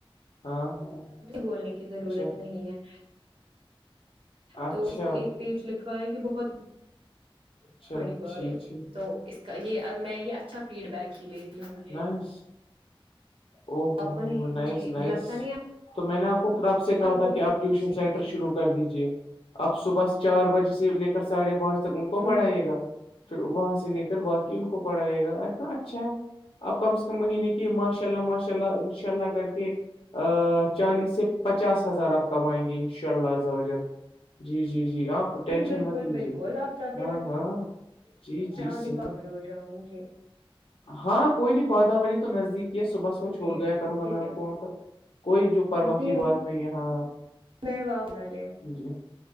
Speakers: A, on the left; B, on the right.
A: ہاں ہاں
B: بولنے کی ضرورت
A: اچھا
B: نہیں ہے
A: اچھا
B: تو اس کو ایک پیج لکھوایا کہ بہت
A: اچھا
B: بڑی بات
A: ٹھیک
B: ہے
A: ٹھیک
B: تو اس کا یہ میں یہ اچھا فیڈ بیک ہی لیتی ہوں کہ
A: نہیں او ہوو
B: آپ
A: ہو
B: کو نہیں
A: ہو نس
B: جی
A: نس
B: لگتا نہیں
A: تو میں نے آپ کو کتاب سے کہا تھا
B: کو
A: کہ آپ ٹیوشن
B: جی
A: سینٹر
B: جی
A: شروع
B: بات
A: کر دیجیے اب صبح چار بجے سے لے کر ساڑھے پانچ تک ان کو پڑھائیے
B: نہیں
A: گا پھر وہاں سے لے کر باقی ان کو پڑھائے گا اتنا اچھا ہے اب کم سے کم مہینے کی ماشاء اللہ ماشاء اللہ انشاء اللہ کر کے چالیس سے پچاس ہزار آپ کمائیں گے انشاء اللہ ز جی جی جی آپ ٹینشن
B: جی بالکل
A: مت لیجیے
B: بالکل آپ چاہتے
A: ہاں
B: ہیں
A: ہاں جی
B: میں
A: جی
B: اور دیپا
A: صحیح
B: بل جاؤں جی
A: ہاں کوئی نہیں بادا وی تو نزدیک ہی ہے صبح ص وہ چھوڑ
B: جی
A: دیا کروں گا
B: جی
A: میں آپ کو وہاں پر کوئی جو پرواہ
B: جی
A: کی بات نہیں ہاںاں
B: میں آپ بنا لیا
A: جی